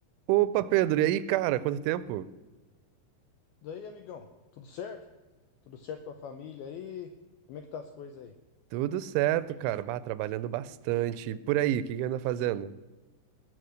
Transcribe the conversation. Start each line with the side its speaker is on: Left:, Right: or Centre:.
Right: Opa, Pedro, e aí, cara? Quanto tempo?
Left: Daí, amigão, tudo certo? Tudo certo com a família aí? Como é que tá as coisas aí?
Right: Tudo certo, cara. Bah, trabalhando bastante. E Por aí, o que que anda fazendo?